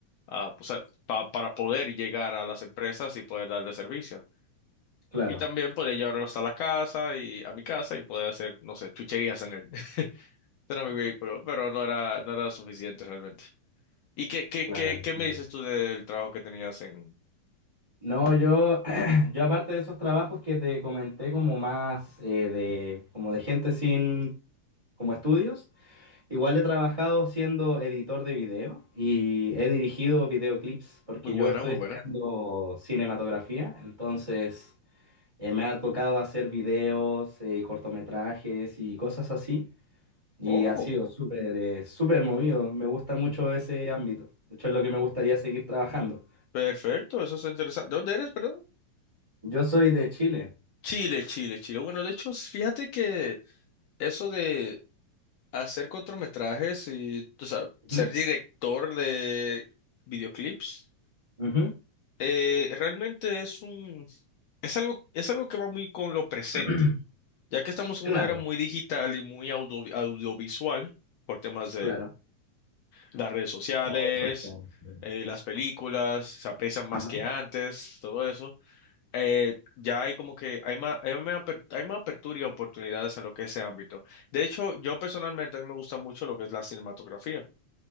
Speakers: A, on the left (about 85°); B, on the right (about 25°).
A: a, o sea, pa- para poder llegar a las empresas y poder darle servicio.
B: Claro,
A: Y también podía llevarlo hasta la casa y a mi casa y poder hacer, no sé, chucherías en él. <laughs> Era mi vehículo, pero no era, no era suficiente realmente. ¿Y qué, qué,
B: Claro,
A: qué,
B: entiendo.
A: qué me dices tú del trabajo que tenías en...
B: No, yo, <clears throat> yo aparte de esos trabajos que te comenté como más eh, de, como de gente sin, como estudios, igual he trabajado siendo editor de video y he dirigido videoclips porque
A: Muy buena,
B: yo estoy
A: muy
B: estudiando
A: buena.
B: cinematografía, entonces eh, me ha tocado hacer videos, eh, y cortometrajes y cosas así. Y
A: Oh,
B: ha sido súper, eh, súper movido. Me gusta mucho
A: Mm.
B: ese ámbito. De hecho, es lo que me gustaría seguir trabajando.
A: perfecto, eso es interesante. ¿De dónde eres, perdón?
B: Yo soy de Chile.
A: Chile, Chile, Chile. Bueno, de hecho, fíjate que eso de Hacer cortometrajes y, o sea,
B: Ujú,
A: ser director de videoclips,
B: ujú.
A: eh, realmente es un, es algo, es algo que va muy con lo presente,
B: <clears throat>
A: ya que estamos en
B: Claro,
A: una era muy digital y muy audio- audiovisual por temas de
B: claro.
A: las redes sociales,
B: Redes sociales, sí.
A: eh, las películas, se aprecian más
B: Ajá.
A: que antes, todo eso. Eh, ya hay como que hay más, hay más, aper- hay más apertura y oportunidades en lo que es ese ámbito. De hecho, yo personalmente a mí me gusta mucho lo que es la cinematografía.